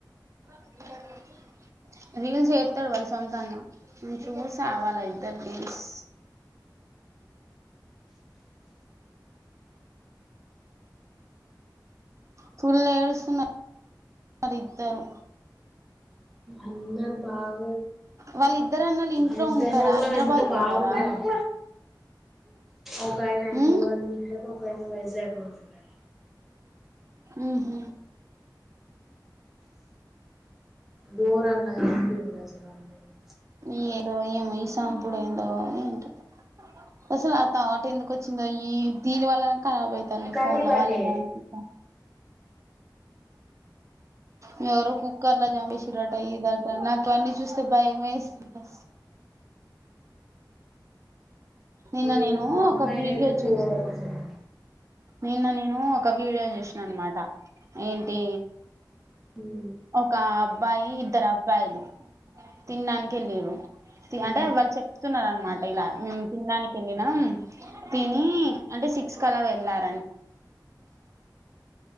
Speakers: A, on the right; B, in the centre.
A: <inaudible> రీల్స్ చేత్తడు వాళ్ సొంతన్న ఉ చూసా వాళ్ళ ఇద్దరి రీల్స్ <inaudible> ఫుల్లేడుస్తున్న వాళ్ళిద్దరు
B: అందరు బాగ
A: వాళ్ళ ఇద్దరు అన్నలు ఇంట్లో
B: ఎంతైనా
A: ఉండరా
B: గుడా
A: హైదరాబాద్
B: ఎంత
A: లో
B: బావున్నదబ్బ
A: ఉంటారా
B: ఒకాయన అయిద్రాబాద్
A: ఉమ్
B: లుంటడట ఒకాయన వైజాక్ లుంటడట
A: ఊహు
B: ఘోరంగ జంపిండు అసలా అమ్మాయిని
A: ఏందో ఏమో ఈ సంపుడేందో ఏంటో అసలు ఆ తాట్ ఎందుకు వచ్చిందయి దీని వల్లనే కరాబ్ అయితంది ఈ
B: కర్రీ
A: ఫోన్ల
B: బర్రే
A: వళ్లనే అనిపిత్తంది మీర కు కూక్కలా జా బేసిిరా టాైద <unintelligible> నాకు అన్ని చూస్తే భయమేస్తుంది నిన్న
B: ఏమో
A: నేను
B: అమ్మాయిలయితే
A: ఒక వీడియో
B: చుడం
A: చూసాను
B: అసలు
A: నిన్న నేను ఒక వీడియో చూసిన అనమాట ఏంటి
B: ఉ
A: ఒక అబ్బాయి ఇద్దరు అబ్బాయిలు తిన్డానికి వెల్లిర్రు
B: ఉ
A: అంటే వాళ్ళు చెప్తున్నారు అనమాట ఇలా మేము తినడానికి వెళ్ళినం తిని
B: ఉ
A: అంటే సిక్స్ కి అలా వెళ్ళి <unintelligible>